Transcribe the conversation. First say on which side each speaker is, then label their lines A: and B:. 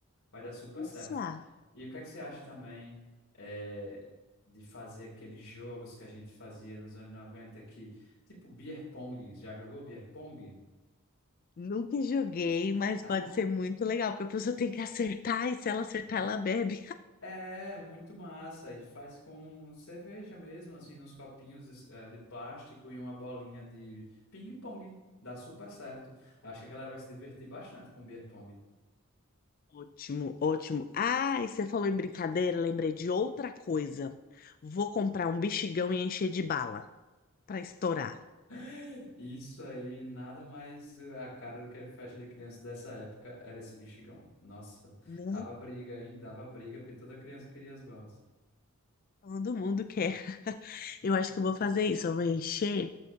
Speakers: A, on the left; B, on the left.
A: vai dar super
B: Isso,
A: certo.
B: ah,
A: E o que é que você acha também é, de fazer aqueles jogos que a gente fazia nos anos 90 que, tipo beer pong, já jogou beer pong?
B: nunca joguei, mas
A: Ah,
B: pode ser muito legal, porque a pessoa tem que acertar e se ela acertar, ela bebe.
A: é, muito massa. E faz com cerveja mesmo, assim, nos copinhos eh, de plástico e uma bolinha de ping-pong. Dá super certo. Acho que a galera vai se divertir bastante com beer pong.
B: Ótimo, ótimo. Ah, e você falou em brincadeira, lembrei de outra coisa. Vou comprar um bexigão e encher de bala pra estourar,
A: <laughs> Isso aí, nada mais a cara do que a festa de criança dessa época era esse bexigão. Nossa,
B: né?
A: dava briga, hein? Dava briga, porque toda criança queria as balas.
B: Todo mundo quer. Eu acho que eu vou fazer isso, eu vou encher.